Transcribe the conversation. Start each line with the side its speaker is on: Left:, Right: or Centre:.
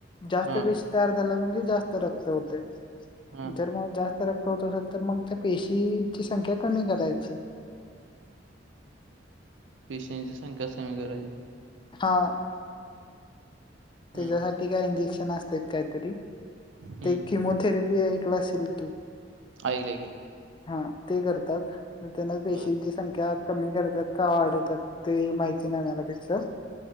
Left: जास्त
Right: हा
Left: पेशी तयार झाला म्हणजे जास्त रक्त होते.
Right: हा
Left: जर मग जास्त रक्त होत असेल तर मग त्या पेशींची संख्या कमी करायची.
Right: पेशंटची संख्याच कमी करायची.
Left: हा त्याच्यासाठी
Right: हम्म
Left: काय इंजेक्शन असतात. काहीतरी
Right: हम्म
Left: ते किमोथेरपी ऐकलं असेल तू.
Right: आई इला घे.
Left: हा ते करतात. त्यांना पेशी
Right: बर
Left: दिस संख्या कमी करतात का वाढवतात. ते माहिती नाही मला त्याच.